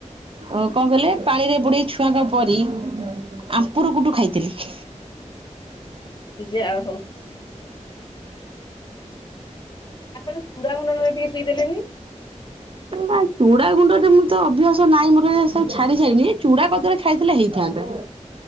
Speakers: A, on the right; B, on the left.
A: ଅ କଣ କହିଲେ ପାଣିରେ ବୁଡେଇ ଛୁଆଙ୍କ ପରି। ଆମ୍ପୁରୁ ଗୁଡୁ ଖାଇଥିଲି। <inaudible>
B: ଯା ହଉ ଆପଣ ଚୁଡା ଗୁଣ୍ଡ ନହେଲେ ଟିକେ ପିଇଦେଲେନି।
A: ନା ଚୁଡ଼ା ଗୁଣ୍ଡରେ ମୁଁ ତ ଅଭ୍ୟାସ ନାହିଁ ମୋର ଏ ସବୁ ଛାଡି ସାଇଲି ଚୁଡା କଦଳି ଖାଇଥିଲେ ହେଇଥାନ୍ତା।